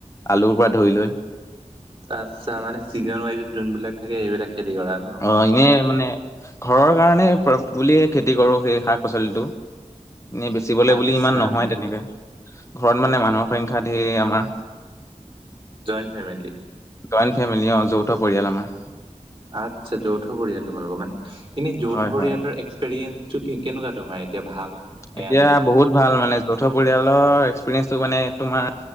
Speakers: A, on the left; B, on the right.
A: আলুৰ পৰা ধৰি লৈ
B: আচ্ছা মানে চিজন ৱাইজত যোনবিলাক থাকে সেইবিলাক খেতি কৰা ন
A: অ এনে মানে ঘৰৰ কাৰণে পা বুলিয়ে খেতি কৰো সেই শাক পাচলিটো এনেই বেচিবলে
B: আচ্ছা
A: বুলি ইমান নহয় তেনেকে ঘৰত মানে মানুহৰ সংখ্যা ধেৰ আমাৰ
B: জইণ্ট ফেমেলি
A: জইণ্ট ফেমিলি অ যৌথ পৰিয়াল আমাৰ
B: আচ্ছা যৌথ পৰিয়াল তোমালোকৰ মানে এনে যৌথ
A: হয়,
B: পৰিয়ালৰ
A: হয়।
B: এক্সপেৰিয়েঞ্চ চ কি কেনেকুৱা তোমাৰ এতিয়া ভাল বেয়া
A: এতিয়া
B: নে
A: বহুত ভাল মানে যৌথ পৰিয়ালৰ। এক্সপেৰিয়েঞ্চ তো মানে তোমাৰ